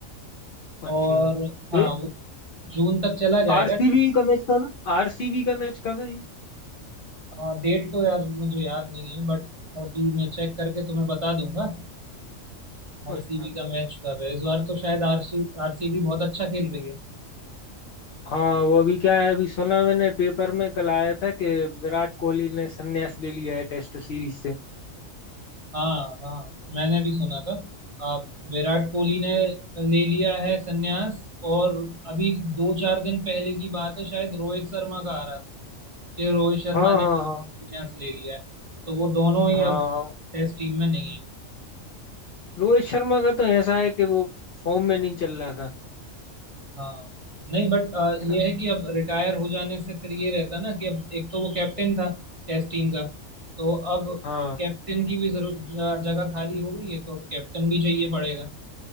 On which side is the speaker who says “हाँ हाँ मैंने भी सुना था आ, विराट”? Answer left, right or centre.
Right